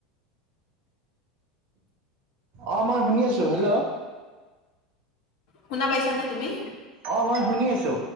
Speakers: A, on the right; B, on the left.
A: অ' মই শুনি আছো হেল্ল'?
B: শুনা পাইছা নে তুমি?
A: অ' মই শুনি আছো।